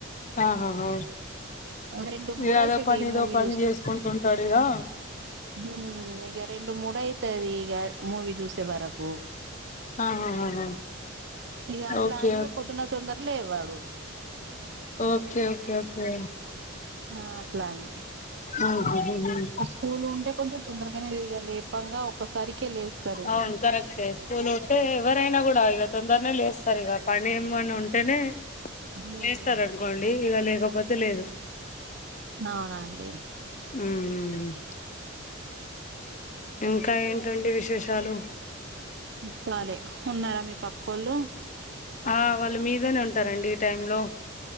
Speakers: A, on the left; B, on the right.
A: ఆహాహా
B: రెండు మూడు
A: ఇగా ఆదో
B: అయితది
A: పని ఇదో
B: మూవీ
A: పని చేసుకుంటుంటాడు. ఇగా
B: హ్ ఇక రెండు మూడు అయితది. ఇగా మూవీ చూసే వరకు
A: ఆహాహాహా
B: ఇగా అట్లా
A: ఓకే
B: అని పొద్దున్న తొందర లేవ్వడు
A: ఓకే ఓకే ఓకే ఒకే
B: ఆ అట్లానీ
A: ఉహ్ హ్ హ్
B: స్కూల్ ఉంటే కొంచెం తొందరగానేగా లెయ్యాలి, లేపంగా ఒక్కసారికే లేస్తారు.
A: అవును కరెక్టే స్కూల్ ఉంటే ఎవరైనా గుడా ఇగా తొందర్నే లేస్తారు ఇగా, పని ఏమన్న ఉంటేనే
B: ఉమ్
A: లేస్తారనుకోండి, ఇగ లేకపోతే లేదు.
B: అవునండి
A: ఉమ్మ్ ఉమ్మ్ ఉమ్మ్ ఇంకా ఏంటండి విశేషాలు
B: డిప్పాలే, ఉన్నారా మీ పక్కోళ్ళు
A: ఆ వాళ్ళు మీదనే ఉంటారండి ఈ టైం లో.